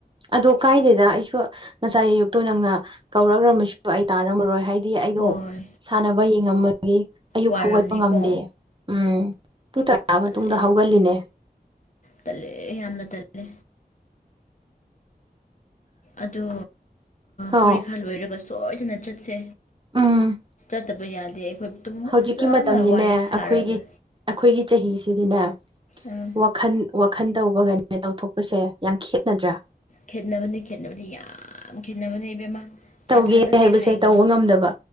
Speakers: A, on the right; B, on the left.
A: ꯑꯗꯣ ꯀꯥꯏꯗꯦꯗ ꯑꯩꯁꯨ ꯉꯁꯥꯏ ꯑꯌꯨꯛꯇꯣ ꯅꯪꯅ ꯀꯧꯔꯈ꯭ꯔꯃꯁꯨ ꯑꯩ ꯇꯥꯔꯝꯃꯔꯣꯏ ꯍꯥꯏ ꯗꯤ ꯑꯩꯗꯣ
B: ꯍꯣꯏ
A: ꯁꯥꯟꯅꯕ ꯌꯦꯡꯉꯝꯃꯒꯤ ꯑꯌꯨꯛ
B: ꯋꯥꯔꯝꯅꯤꯀꯣ
A: ꯍꯧꯒꯠꯄ ꯉꯝꯗꯦ ꯎꯝ ꯄꯨꯡ ꯇꯔꯥ ꯃꯇꯨꯡꯗ
B: ꯇꯜꯂꯦ
A: ꯍꯧꯒꯠꯂꯤꯅꯦ
B: ꯇꯜꯂꯦ ꯌꯥꯝꯅ ꯇꯜꯂꯦ ꯑꯗꯣ
A: ꯍꯥꯎ
B: ꯄꯣꯔꯤꯈꯥ ꯂꯣꯏꯔꯒ ꯁꯣꯏꯗꯅ ꯆꯠꯁꯦ
A: ꯎꯝ
B: ꯠꯇꯕ ꯌꯥꯗꯦ ꯑꯩꯈꯣꯏ ꯇꯨꯝꯃꯨꯛ
A: ꯍꯧꯖꯤꯛꯀꯤ
B: ꯐꯖꯅ
A: ꯃꯇꯝꯗꯤꯅꯦ
B: ꯋꯥꯔꯤ ꯁꯥꯔꯒ
A: ꯑꯩꯈꯣꯏꯒꯤ ꯑꯩꯈꯣꯏꯒꯤ ꯆꯍꯤꯁꯤꯗꯤꯅꯦ
B: ꯎꯝ
A: ꯋꯥꯈꯜ ꯋꯥꯈꯜ ꯇꯧꯕꯒꯅꯦ ꯇꯧꯊꯣꯛꯄꯁꯦ ꯌꯥꯝ ꯈꯦꯅꯗ꯭ꯔꯥ
B: ꯈꯦꯠꯅꯕꯅꯤ ꯈꯦꯠꯅꯕꯅꯤ ꯌꯥꯝ ꯈꯦꯠꯅꯕꯅꯤ ꯏꯕꯦꯝꯃ
A: ꯇꯧꯒꯦ
B: ꯊꯥ ꯊꯥ ꯅꯠꯇꯦ
A: ꯍꯥꯏꯕꯁꯦ
B: ꯍꯥꯏꯒꯅꯨ
A: ꯇꯧꯕ ꯉꯝꯗꯕ